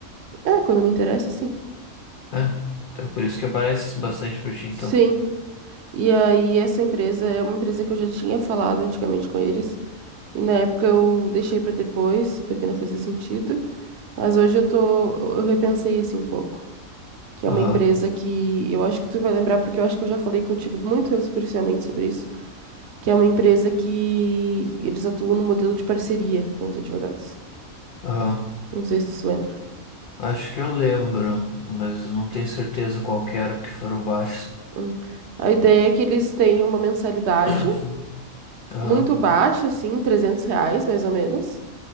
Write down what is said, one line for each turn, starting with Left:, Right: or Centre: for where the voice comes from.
Right: é, quando me interessa, sim.
Left: É, então é por isso que aparece bastante pra ti, então.
Right: Sim. E aí essa empresa é uma empresa que eu já tinha falado antigamente com eles, e na época eu deixei para depois, porque não fazia sentido, mas hoje eu tô, eu repensei assim um pouco. Que é
Left: Aham,
Right: uma empresa que eu acho que tu vai lembrar, porque eu acho que eu já falei contigo muito superficialmente sobre isso que é uma empresa que eles atuam no modelo de parceria com os advogados.
Left: aham.
Right: Não sei se tu se lembra.
Left: Acho que eu lembro, mas eu não tenho certeza qual que era, porque foram vários.
Right: Hum. A ideia é que eles têm uma mensalidade
Left: <coughs> <clears throat> Aham,
Right: muito baixa, assim, 300 reais, mais ou menos.